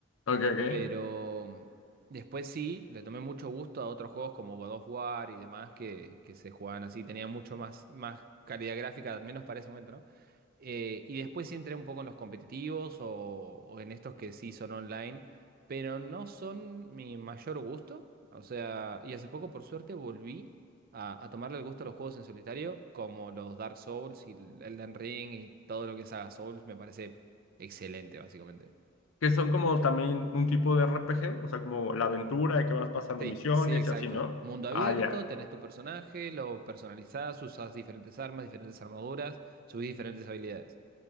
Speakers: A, on the left; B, on the right.
A: Ok, ok.
B: Pero mm, después sí, le tomé mucho gusto a otros juegos como God of War y demás que, que se jugaban así. Tenían mucho más, más calidad gráfica, al menos para ese momento, ¿no? Eh, y después sí entré un poco en los competitivos o, o en estos que sí son online, pero no son mi mayor gusto. O sea, y hace poco, por suerte, volví a, a tomarle el gusto a los juegos en solitario, como los Dark Souls y el Elden Ring y todo lo que es Saga Souls, me parece excelente, básicamente.
A: que son como también un tipo de RPG, o sea, como la aventura y que vas pasando
B: Sí,
A: misiones
B: sí, exacto.
A: y así, ¿no?
B: Mundo abierto,
A: Ah, ya.
B: tenés tu personaje, lo personalizás, usás diferentes armas, diferentes armaduras, subís diferentes habilidades.